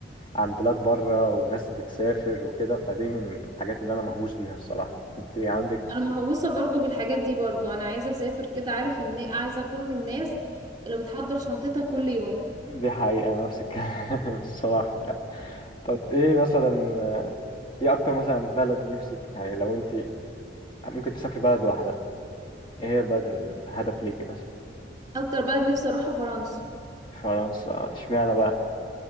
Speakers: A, on the left; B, on the right.
A: عن بلاد بره وناس بتسافر وكده فدي من الحاجات اللي انا مهووس بيها الصراحة انت عندك
B: انا مهووسه برضو بالحاجات دي برضو انا عايزه اسافر كده عارف ان عايزه اكون من الناس اللي بتحضر شنطتها كل يوم
A: دي حقيقة انا نفس الكلام <laughs> الصراحة يعني. طب ايه مثلا آه، ايه اكتر مثلا بلد نفسك يعني لو انت ممكن تسافري بلد واحدة ايه هي البلد الهدف ليكي مثلا
B: اكتر بلد نفسي اروحها فرنسا
A: فرنسا اشمعنى بقى